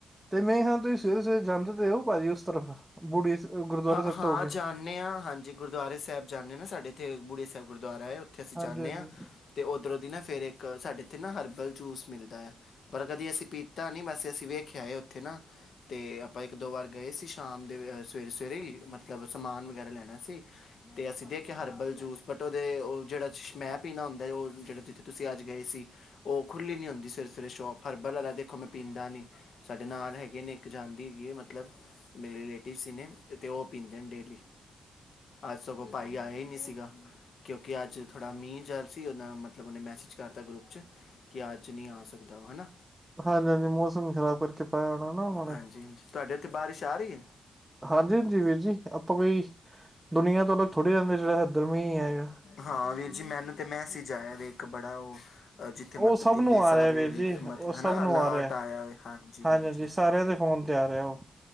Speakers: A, on the right; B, on the left.
A: ਤੇ ਮੈਂ ਹਾਂ ਤੁਸੀਂ ਸਵੇਰੇ ਸਵੇਰੇ ਜਾਂਦੇ ਤੇ ਹੋ ਭਾਜੀ ਉਸ ਤਰਫ ਬੁੜੀ ਗੁਰਦੁਆਰਾ
B: ਹ
A: ਸਾਹਿਬ
B: ਹਾਂ
A: ਤੋਂ ਹੋ ਕੇ
B: ਜਾਣ ਣੇ ਹਾਂ, ਹਾਂਜੀ ਗੁਰਦੁਆਰੇ ਸਾਹਿਬ ਜਾਂਦੇ ਆ ਨਾ ਸਾਡੇ ਇੱਥੇ ਬੁੜੇ ਸਾਹਿਬ ਗੁਰਦੁਆਰਾ ਐ, ਉੱਥੇ ਅਸੀਂ
A: ਹਾਂਜੀ
B: ਜਾਣੇਂ
A: ਹਾਂਜੀ
B: ਆ। ਅਤੇ ਉੱਧਰੋਂ ਦੀ ਨਾ ਫਿਰ ਇੱਕ ਸਾਡੇ ਇੱਥੇ ਨਾ ਹਰਬਲ ਜੂਸ ਮਿਲਦਾ ਏ ਪਰ ਕਦੀ ਅਸੀਂ ਪੀ ਤਾਂ ਨੀ ਵੈਸੇ ਅਸੀਂ ਵੇਖਿਆ ਏ ਉੱਥੇ ਨਾ ਤੇ ਆਪਾਂ ਇੱਕ ਦੋ ਵਾਰ ਗਏ ਸੀ। ਸ਼ਾਮ ਦੇ ਸਵੇਰੇ-ਸਵੇਰੇ ਹੀ ਮਤਲਬ ਸਮਾਨ ਵਗੈਰਾ ਲੈਣਾ ਸੀ। ਤੇ ਅਸੀਂ ਦੇਖਿਆ ਹਰਬਲ ਜੂਸ ਬਟ ਉਹਦੇ ਉਹ ਜਿਹੜਾ ਸ਼ ਮੈਂ ਪੀਣਾ ਹੁੰਦਾ ਉਹ ਜਿਹੜਾ ਜਿੱਥੇ ਤੁਸੀਂ ਅੱਜ ਗਏ ਸੀ। ਉਹ ਖੁੱਲ੍ਹੀ ਨਹੀਂ ਹੁੰਦੀ ਸਵੇਰੇ-ਸਵੇਰੇ ਸ਼ੋਪ ਹਰਬਲ ਵਾਲਾ ਦੇਖ ਅੱਖੋਂ ਮੈਂ ਪੀਂਦਾ ਨਹੀਂ, ਸਾਡੇ ਨਾਲ ਹੈਗੇ ਨੇ ਇੱਕ ਜਾਣ ਦੀ ਹੈਗੀ ਐ ਮਤਲਬ ਮੇਰੇ ਰਿਲੇਟਿਵ ਸੀ ਨੇ ਤੇ ਉਹ ਪੀਂਦੇ ਨੇ ਡੇਲੀ। ਅੱਜ ਸਗੋਂ ਭਾਈ ਆਇਆ ਹੀ ਨਹੀਂ ਸੀਗਾ। ਕਿਉਂਕਿ ਅੱਜ ਥੋੜ੍ਹਾ ਮੀਂਹਰ ਜਾਰੀ ਸੀ ਮਤਲਬ ਉਹਨੇ ਮੈਸੇਜ ਕਰਤਾ ਗਰੁੱਪ ਚ ਕਿ ਅੱਜ ਨੀ ਆ ਸਕਦਾ ਹਨਾ।
A: ਹਾਂਜੀ-ਹਾਂਜੀ, ਮੌਸਮ ਖ਼ਰਾਬ ਕਰਕੇ ਪਾਇਆ ਹੋਣਾ ਨਾ ਉਹ ਨੇ।
B: ਹਾਂਜੀ ਹਾਂਜੀ ਤੁਹਾਡੇ ਇੱਥੇ ਬਾਰਿਸ਼ ਆ ਰਹੀ ਐ।
A: ਹਾਂਜੀ-ਹਾਂਜੀ ਵੀਰ ਜੀ, ਆਪਾਂ ਕੋਈ ਦੁਨੀਆਂ ਤੋਂ ਅਲੱਗ ਥੋੜੀ ਰਹਿਨੇ ਆ ਜਿਹੜਾ ਇਧਰ ਮੀਂਹ ਨੀ ਆਏਗਾ।
B: ਹਾਂ ਵੀਰ ਜੀ ਮੈਨੂੰ ਤਾਂ ਮੈਸੇਜ ਆਇਆ ਵੀ ਇੱਕ ਬੜਾ ਉਹ ਜਿੱਥੇ
A: ਉਹ
B: ਮਤਲਬ
A: ਸਭ
B: ਕਿੰਨੇ
A: ਨੂੰ ਆ
B: ਸਾਰੇ
A: ਰਿਹਾ ਵੀਰ ਜੀ
B: ਮਤਲਬ
A: ਉਹ ਸਭ
B: ਹੈ ਨਾ
A: ਨੂੰ
B: ਅਲਰਟ
A: ਆ ਰਿਹਾ
B: ਆਇਆ ਦੇ ਹਾਂਜੀ-ਹਾਂਜੀ।
A: ਹਾਂਜੀ ਹਾਂਜੀ ਸਾਰਿਆਂ ਦੇ ਫੋਨ ਤੇ ਆ ਰਿਹਾ ਉਹ।